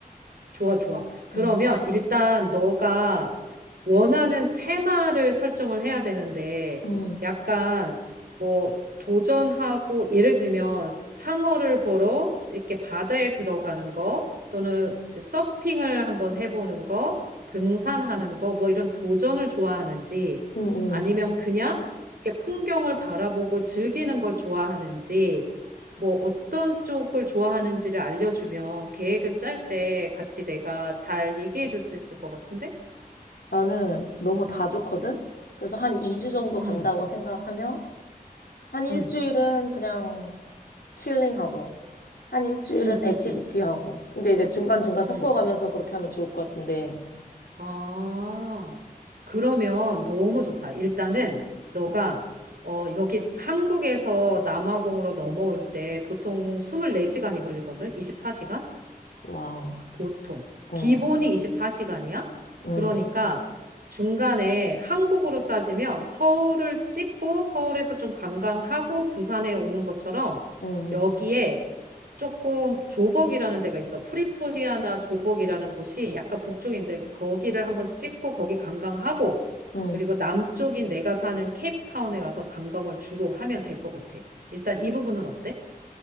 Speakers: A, on the right; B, on the left.
A: 좋아, 좋아. 그러면
B: 응.
A: 일단 너가 원하는 테마를 설정을 해야 되는데,
B: 응.
A: 약간 뭐 도전하고, 예를 들면 상어를 보러 이렇게 바다에 들어가는 거, 또는 서핑을 한번 해보는 거, 등산하는 거, 뭐 이런 도전을 좋아하는지,
B: 응. 응.
A: 아니면 그냥 이렇게 풍경을 바라보고 즐기는 걸 좋아하는지, 뭐 어떤 쪽을 좋아하는지를 알려주면 계획을 짤 때 같이 내가 잘 얘기해 줄 수 있을 것 같은데?
B: 나는 너무 다 좋거든. 그래서 한 2주 정도 간다고
A: 응,
B: 생각하면 한 일주일은
A: 응,
B: 그냥 칠링하고, 한 일주일은
A: 응,
B: 액티비티
A: 응, 응,
B: 하고, 이제 이제 중간중간 섞어가면서
A: 응.
B: 그렇게 하면 좋을 것 같은데,
A: 아, 그러면 너무 좋다. 일단은 너가
B: 어,
A: 어, 여기 한국에서 남아공으로 넘어올 때 보통 24시간이 걸리거든? 24시간?
B: 와우,
A: 보통.
B: 응,
A: 기본이 24시간이야?
B: 응,
A: 그러니까 중간에 한국으로 따지면 서울을 찍고 서울에서 좀 관광하고 부산에 오는 것처럼
B: 응, 응,
A: 여기에 조금 조벅이라는 데가 있어. 프리토리아나 조벅이라는 곳이 약간 북쪽인데 거기를 한번 찍고 거기 관광하고
B: 응.
A: 그리고 남쪽인 내가 사는 케이프타운에 와서 관광을 주로 하면 될 것 같아. 일단 이 부분은 어때?